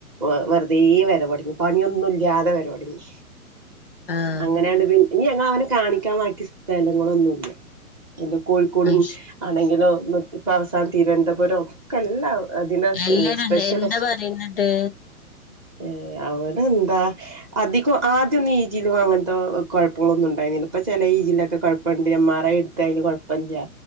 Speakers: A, on the right (about 15°); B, on the left (about 40°).
A: വ വെറ്തെ വെരവ്തൊടങ്ങി പണിയൊന്നും ഇല്യാതെ വെരവാെടങ്ങി
B: ആഹ്
A: അങ്ങനെയണ്ട് പിൻ ഇനി ഞങ്ങള് അവനെ കാണിക്കാം വാക്കി സ്ഥലങ്ങളൊന്നുല്യ ഇല്ല കോഴിക്കോടും
B: അയ്ശ്
A: ആണെങ്കിലും നൊറ്റ് ഇപ്പ അവസാനം തിരുവനന്തപുരം ഒക്കെ എല്ലാ അതിനാസ്
B: എല്ലാരും
A: സ് സ്പെഷ്യലെസ്
B: അല്ലേ എന്താ പറയുന്നിട്ട്
A: ഏഹ് അവനെന്താ അധികും ആദ്യ ഒന്നും ഈജീലും അങ്ങൻത്തെ കൊ കൊഴപ്പങ്ങളൊന്നും ഉണ്ടായ്നില ഇപ്പ ചെലെ ഇ ജി ലെക്കെ കൊഴ് ഇപ്പണ്ടി എം ആർ ഐ ഇട്ത്തൈല് കൊഴപ്പല്യ